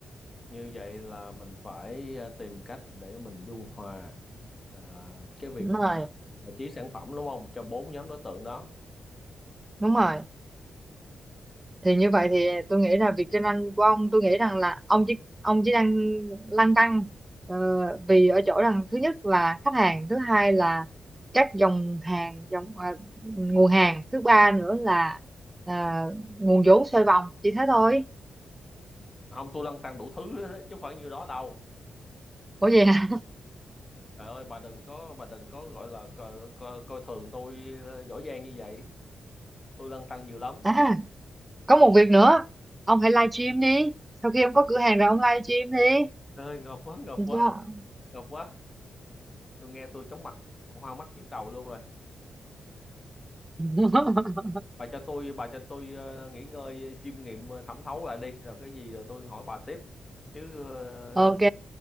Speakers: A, on the left; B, on the right.
A: như vậy là mình phải à, tìm cách để mình dung hòa à, cái việc
B: Đúng rồi.
A: bài trí sản phẩm đúng không cho bốn nhóm đối tượng đó
B: đúng rồi thì như vậy thì tôi nghĩ là việc kinh doanh của ông tôi nghĩ rằng là ông chỉ ông chỉ đang lăn tăn ờ, vì ở chỗ rằng thứ nhất là khách hàng thứ hai là các dòng hàng dòng ờ, nguồn hàng thứ ba nữa là à, nguồn vốn xoay vòng chỉ thế thôi
A: không tôi lăn tăn đủ thứ hết á, chứ không phải như đó đâu
B: ủa vậy hả
A: Trời ơi bà đừng có bà đừng có gọi là coi, coi, coi thường tôi ờ, giỏi giang như vậy. Tôi lăn tăn nhiều lắm.
B: <laughs> à, có một việc nữa ông hãy live stream đi sau khi ông có cửa hàng rồi ông live stream đi
A: Trời ơi ngợp quá, ngợp
B: Được
A: quá,
B: chưa?
A: ngợp quá. Tôi nghe tôi chóng mặt, hoa mắt nhức đầu luôn rồi.
B: <laughs>
A: Bà cho tôi bà cho tôi ờ, nghỉ ngơi chiêm nghiệm ờ, thẩm thấu lại đi rồi cái gì rồi tôi hỏi bà tiếp. Chứ ờ,
B: ok